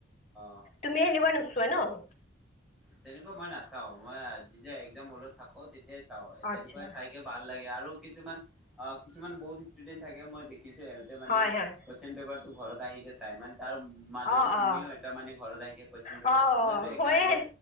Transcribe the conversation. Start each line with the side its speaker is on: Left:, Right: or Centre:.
Centre: অ
Left: তুমি হনেকুৱা নো- াই ন
Centre: তেনেকুৱা মই নাচাও মই যেতিয়া এক্জাম হলত থাকো তেতিয়া চা তেনেকুৱা
Left: আচ্ছা
Centre: চাইকে ভাল লাগে আৰু কিছুমান অ কিছুমান বহুত ষ্টুডেন্ট থাকে মই দেখো সহতোনে
Left: হয় হয়
Centre: কন পেপাৰ <unintelligible> ো ঘৰত আহি গৈছা ইমান তাৰ মাজতে
Left: অ
Centre: তুমিও
Left: অ
Centre: এটা মানে ঘৰত আহে কাৰ
Left: অ অ
Centre: মইটো একজাম
Left: হয়ে
Centre: হলত